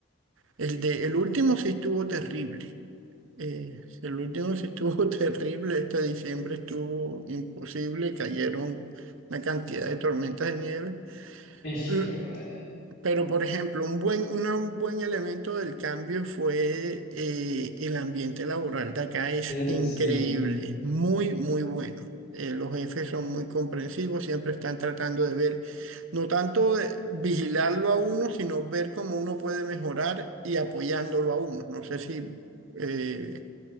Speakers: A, on the right; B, on the left.
A: El de, el último sí estuvo terrible. Eh, el último sí estuvo <laughs> terrible, este diciembre estuvo imposible, cayeron una cantidad de tormentas de nieve.
B: Hijo
A: L-
B: de madre.
A: Pero, por ejemplo, un buen, una- un buen elemento del cambio fue eh, el ambiente laboral de acá es
B: Esa-
A: increíble,
B: sí.
A: muy, muy bueno. Eh, los jefes son muy comprensivos, siempre están tratando de ver, no tanto de vigilarlo a uno, sino ver cómo uno puede mejorar y apoyándolo a uno. No sé si... eh,